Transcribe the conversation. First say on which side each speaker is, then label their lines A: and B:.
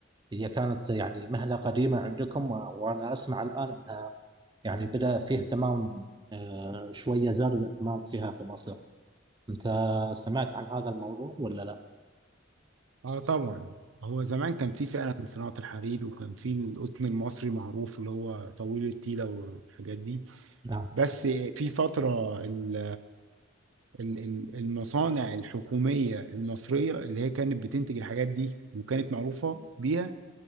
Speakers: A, on the right; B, on the right.
A: هي كانت يعني مهنة قديمة عندكم و- وأنا أسمع الآن أنها يعني بدأ فيه اهتمام آه، شوية زاد الاهتمام فيها في مصر أنت سمعت عن هذا الموضوع ولا لا؟
B: اه طبعا هو زمان كان في فعلا صناعة الحرير وكان في القطن المصري معروف اللي هو طويل التيلة والحاجات دي
A: نعم
B: بس في فترة ال- ال- ال- المصانع الحكومية المصرية اللي هي كانت بتنتج الحاجات دي وكانت معروفة بيها